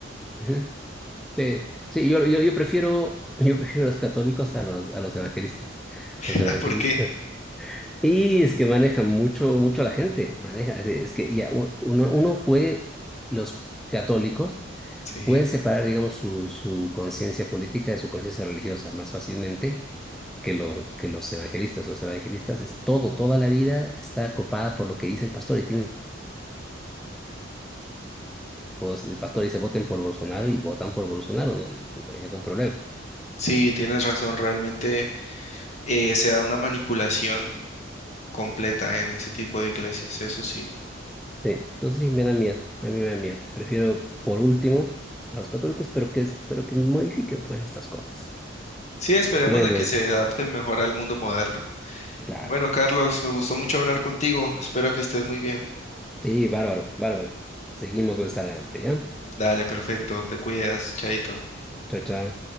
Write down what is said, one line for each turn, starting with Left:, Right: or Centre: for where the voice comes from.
Centre: Ujú. Sí, sí, yo, yo, yo prefiero, yo prefiero a los católicos a los, a los evangelistas.
Left: <laughs>
Centre: Los evangelistas.
Left: Porque
Centre: Y es que manejan mucho, mucho a la gente. Maneja, es es que ya u- uno, uno puede, los católicos
Left: sí,
Centre: pueden separar, digamos, su, su conciencia política de su conciencia religiosa más fácilmente que, lo, que los evangelistas. Los evangelistas es todo, toda la vida está copada por lo que dice el pastor y tiene, pues, el pastor dice voten por Bolsonaro y votan por Bolsonaro, no, no hay ningún problema.
Left: sí, tienes razón, realmente eh, se da una manipulación completa en ese tipo de iglesias, eso sí.
Centre: Sí, entonces sí me da miedo, a mí me da miedo. Prefiero por último a los católicos, pero que, es- pero que modifiquen pues estas cosas.
Left: Sí, esperemos
Centre: Bueno,
Left: de que se adapten mejor al mundo moderno.
Centre: claro.
Left: Bueno, Carlos, me gustó mucho hablar contigo, espero que estés muy bien.
Centre: Sí, bárbaro, bárbaro. Seguimos más adelante, ¿ya?
Left: Dale, perfecto, te cuidas, chaito.
Centre: Chao, chao.